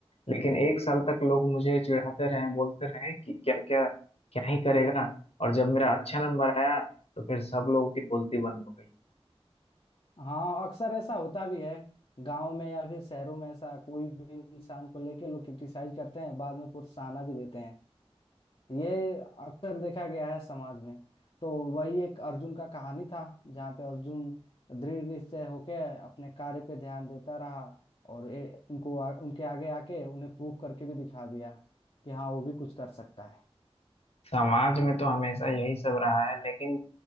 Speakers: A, on the left; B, on the left.
A: लेकिन एक साल तक लोग मुझे चिढ़ाते रहे बोलते रहे कि क्या क्या क्या ही करेगा और जब मेरा अच्छा नंबर आया तो फिर सब लोगों की बोलती बंद हो गई
B: हाँ अक्सर ऐसा होता भी है गांव में या फिर शहरों में ऐसा कोई भी इंसान को लेके लोग क्रिटिसाइज करते हैं बाद में प्रोत्साहन भी देते हैं ये अक्सर देखा गया है समाज में तो वही एक अर्जुन का कहानी था जहाँ पे अर्जुन दृढ़ से होके अपने कार्य पे ध्यान देता रहा और ए, उनको आ, उनके आगे आके उन्हें प्रूव करके भी दिखा दिया कि हाँ वो भी कुछ कर सकता है
A: समाज में तो हमेशा यही सब रहा है लेकिन